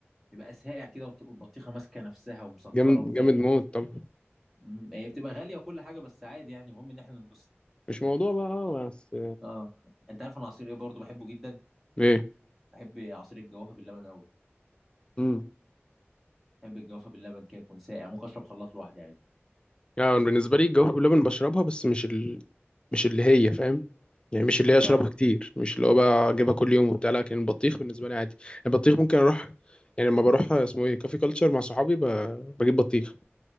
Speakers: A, in the centre; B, on the left (about 20°).
A: بيبقى ساقع كده والبطيخة ماسكة نفسها ومسكرة
B: جامد
A: وما فيهاش
B: جامد موت طب
A: مم، هي بتبقى غالية وكل حاجة بس عادي يعني المهم ان احنا ننبسط
B: مش موضوع بقى آه، بس
A: اه انت عارف انا عصير ايه برضه بحبه جدا
B: ايه
A: بحب عصير الجوافة باللبن قوي
B: امم
A: بحب الجوافة باللبن كده يكون ساقع ممكن اشرب خلاط لوحدي عادي
B: يعني بالنسبه لي الجوافه باللبن بشربها بس مش ال... مش اللي هي فاهم يعني مش اللي هي اشربها
A: اه
B: كتير مش اللي هو بقى اجيبها كل يوم وبتاع لكن البطيخ بالنسبه لي عادي البطيخ ممكن اروح يعني لما بروح اسمه ايه كافي كلتشر مع صحابي ب... بجيب بطيخ